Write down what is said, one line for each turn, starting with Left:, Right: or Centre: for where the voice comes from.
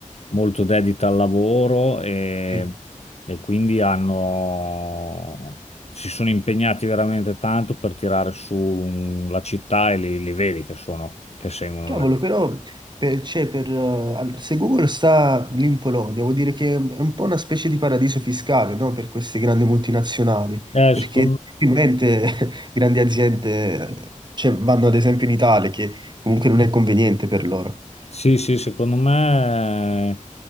Left: molto dedita al lavoro e,
Right: Sì.
Left: e quindi hanno, si sono impegnati veramente tanto per tirare su mm, la città e li, li vedi che sono, che seguono
Right: Cavolo,
Left: le...
Right: però per, c'è per, eh, all- se Google sta lì in Polonia, vuol dire che è un po' una specie di paradiso fiscale, no? Per queste grandi multinazionali,
Left: Eh,
Right: perché
Left: secondo
Right: difficilmente
Left: me.
Right: <laughs> grandi aziende, cioè, vanno ad esempio in Italia, che comunque non è conveniente per loro.
Left: Sì, sì, secondo me